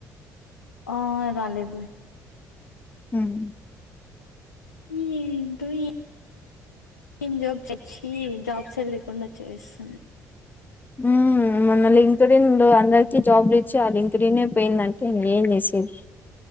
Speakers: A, on the left; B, on the left.
A: ఆ రాలేదులే
B: హమ్
A: ఎంటో ఏ టీమ్ జాబ్ తెచ్చి జాబ్స్ ఎ లేకుండా చేస్తుంది
B: ఉమ్ మొన్న లే లింక్డ్ఇన్ లో అందరికి జాబ్ లు ఇచ్చే ఆ లింక్డ్ ఇన్ పోయిందంటే ఇంక ఏం చేసేది